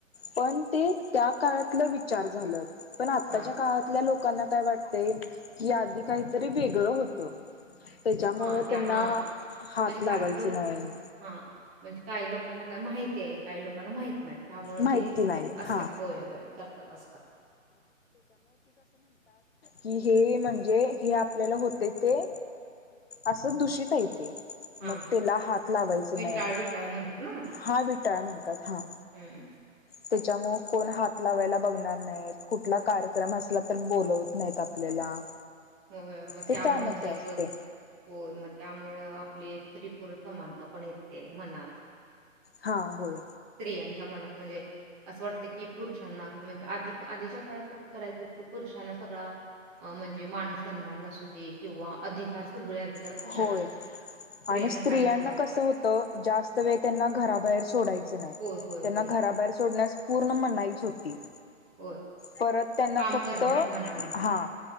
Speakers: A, on the left (about 50°); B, on the right (about 15°).
A: पण ते त्या काळातलं विचार झालं पण आत्ताच्या
B: हां,
A: काळातल्या लोकांना काय वाटते- कि आधी काहीतरी वेगळं होत- त्याच्यामुं
B: हां. त्या
A: त्यांना
B: हां.
A: हात
B: म्हणजे
A: लावायच
B: का लोक
A: नाही-
B: हां. म्हणजे काही लोकांना काही माहिती आहे काही लोकांना माहित नाही त्यामुळे
A: माहिती
B: ते
A: नाही
B: असतात
A: हा
B: होय होय करतात असतात-
A: कि हे म्हणजे हे आपल्याला होते ते असं दूषित हाय येते-
B: हां,
A: मग
B: हां.
A: त्याला हात लावायच नाही-
B: विटाळ, विटाळ म्हणतात ना?
A: हा विठाळ म्हणतात हा-
B: हं.
A: त्याच्यामुळे कोण हात लावायला बघणार नाहीत कुठला कार्यक्रम असला तर बोलवत नाहीत आपल्याला-
B: होय मग
A: ते
B: त्यामुळेच
A: त्यामध्ये
B: एक
A: असते
B: होय, मग त्यामुळे आपली स्त्री पुरुष समानता पण येते मनात
A: हा होय
B: स्त्रियांच्या मनात म्हणजे? असं वाटतं की पुरुषांना अस म्हणजे आधी आधीच्या काळात कसं करायचं की पुरुषांना म्हणजे मान सन्मानस हो दे किंवा अधिकार सगळे अधिकार पुरुषांनाच
A: होय
B: होते स्त्रियांना
A: आणि स्त्रियांना
B: काय नव्हता अधिकार.
A: कसं होतं जास्त वेळ त्यांना घराबाहेर सोडायचं त्यांना
B: होय, होय. बरोबर.
A: घराबाहेर सोड पूर्ण मनाईच होती. ते
B: होय.
A: परत त्यांना
B: काम
A: फक्त
B: करण्यास म्हणा
A: हा